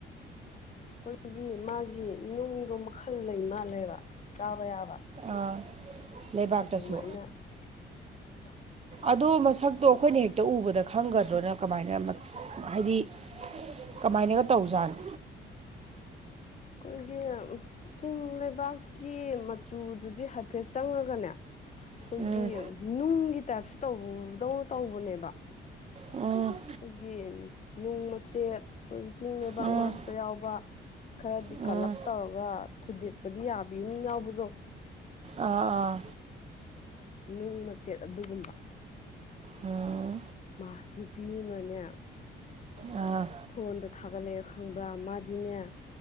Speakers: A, on the left (about 35°); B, on the right (about 30°).
A: ꯑꯩꯈꯣꯏꯒꯤ ꯃꯥꯒꯤ ꯅꯨꯡꯗꯣ ꯃꯈꯜ ꯂꯩ ꯃꯥꯜꯂꯦꯕ ꯆꯥꯕ ꯌꯥꯕ
B: ꯑꯥ ꯂꯩꯕꯥꯛꯇꯁꯨ
A: ꯑꯗꯨꯃꯥꯏꯅ <unintelligible>
B: ꯑꯗꯣ ꯃꯁꯛꯇꯣ ꯑꯩꯈꯣꯏꯅ ꯍꯦꯛꯇ ꯎꯕꯗ ꯈꯪꯒꯗ꯭ꯔꯣꯅ ꯀꯃꯥꯏꯅ ꯍꯥꯏꯗꯤ ꯀꯃꯥꯏꯅꯒ ꯇꯧꯖꯥꯠꯅꯣ
A: ꯑꯩꯈꯣꯏꯒꯤ ꯆꯤꯡ ꯂꯩꯕꯥꯛꯀꯤ ꯃꯆꯨꯗꯨꯗꯤ ꯍꯥꯏꯐꯦꯠ ꯆꯪꯉꯒꯅꯦ ꯑꯩꯈꯣꯏꯒꯤ
B: ꯎꯝ
A: ꯅꯨꯡꯒꯤ ꯇꯥꯏꯞꯁꯨ ꯇꯧꯕꯗꯧꯅ ꯇꯧꯕꯅꯦꯕ
B: ꯎꯝ
A: ꯑꯩꯈꯣꯏꯒꯤ ꯅꯨꯡ ꯃꯆꯦꯛ ꯑꯩꯈꯣꯏꯒꯤ ꯆꯤꯡ ꯂꯩꯕꯥꯛ
B: ꯎꯝ
A: ꯃꯔꯛꯇ ꯌꯥꯎꯕ ꯈꯔꯗꯤ
B: ꯎꯝ
A: ꯀꯜꯂꯞ ꯇꯧꯔꯒ ꯊꯨꯗꯦꯛꯄꯗꯤ ꯌꯥꯕꯤ ꯑꯃꯥ ꯌꯥꯎꯕꯗꯣ
B: ꯑꯥ ꯑꯥ
A: ꯅꯨꯡ ꯃꯆꯦꯠ ꯑꯗꯨꯒꯨꯝꯕ
B: ꯑꯥ
A: ꯃꯥ ꯅꯨꯄꯤ ꯑꯃꯅꯦ
B: ꯑꯥ
A: ꯐꯣꯟꯗ ꯊꯥꯒꯠꯂꯛꯑꯦ ꯈꯪꯕ꯭ꯔꯥ ꯃꯥꯗꯤꯅꯦ